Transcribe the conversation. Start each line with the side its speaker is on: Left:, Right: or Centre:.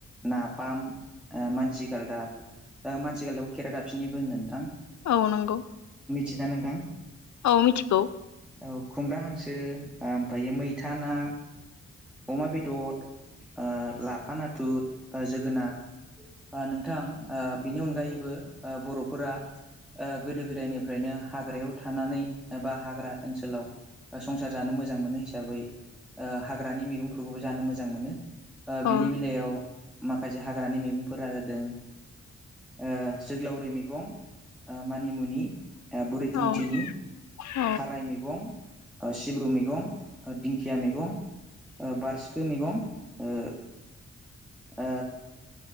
Centre: नाफाम मानसि गालदाब मानसि गालदाबखौ खेरा दाबसिनिबो होनो नोंथां।
Left: औ नंगौ।
Centre: थिना नोंथां।
Left: औ मिथिगौ।
Centre: औ खुमब्रा हांसो ओमफायो मैथा ना अमा बे दर ओ लाफा नाथुर ओ जोगोनार ओ नोंथां ओ बिनि अनगायैबो ओ बर'फोरा ओ गोदो गोदायनिफ्रायनो हाग्रायाव थानानै बा हाग्रा ओनसोलाव संसार जानो मोजां मोनो हिसाबै ओ हाग्रानि मैगं फोरखौबो मोनो बा बिनि
Left: औ
Centre: बेलायाव माखासे हाग्रानि मैगंफोरा जादों ओ जोग्लावरि मैगं ओ मानिमुनि ओ बुरि
Left: औ
Centre: थुन्थिनि
Left: औ
Centre: थाराय मैगं सिब्रु मैगं दिंखिया मैगं। ओ बारसिखो मैगं ओ ओ